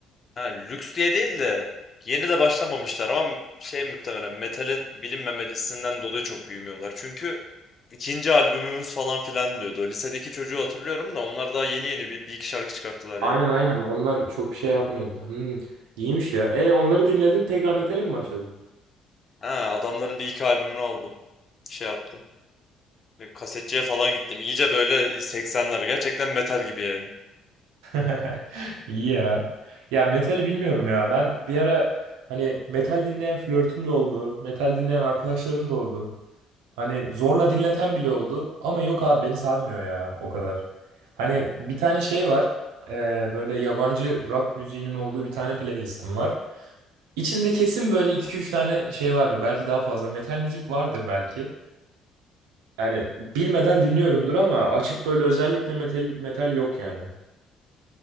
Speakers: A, on the left; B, on the right.
A: Ha lüks diye değil de yeni de başlamamışlar ama şey muhtemelen metalin bilinmemesinden dolayı çok büyümüyorlar. Çünkü ikinci albümümüz falan filan diyordu. Lisedeki çocuğu hatırlıyorum da onlar daha yeni yeni bir, bir iki şarkı çıkarttılar
B: Aynen
A: yani.
B: aynen onlar çok bir şey yapmıyordu. Hmm, iyiymiş ya. E onları dinledin tekrar metale mi başladın?
A: Ha adamların bir iki albümünü aldım. Şey yaptım. Böyle Kasetçiye falan gittim. İyice böyle 80'ler gerçekten metal gibi yani.
B: <laughs> İyi ya. Ya metali bilmiyorum ya. Ben bir ara hani metal dinleyen flörtüm de oldu. Metal dinleyen arkadaşlarım da oldu. Hani zorla dinleten bile oldu. Ama yok abi beni sarmıyor ya o kadar. Hani bir tane şey var. Ee, böyle yabancı rock müziğinin olduğu bir tane playlistim var. İçinde kesin böyle iki üç tane şey vardır. Belki daha fazla metal müzik vardır belki. Yani bilmeden dinliyorumdur ama açıp böyle özellikle metal metal yok yani.